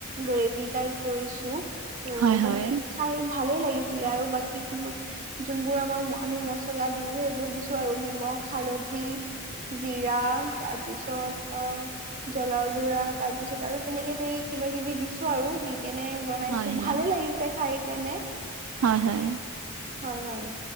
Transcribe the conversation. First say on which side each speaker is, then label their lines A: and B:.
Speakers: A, on the right; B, on the right.
A: গ্ৰেভি টাইপ কৰিছো, ত
B: হয়
A: তেনেকে
B: হয়
A: খাই ভাল ভালেই লাগিছিলে আৰু বাকী কিবোৰ, যোনবোৰ আমাৰ আমি মছলা দিও সেইবোৰ দিছো আৰু নিমখ হালধি জিৰা তাৰপিছত আ জলাৰ গুৰা তাৰ পিছত আৰু তেনেকে ধেৰি কিবা কিবি দিছো আৰু দি কেনে বনাইছো
B: হয় হয়
A: ভালে লাগিছে খাই কেনে।
B: হয় হয়।
A: হয় হয়,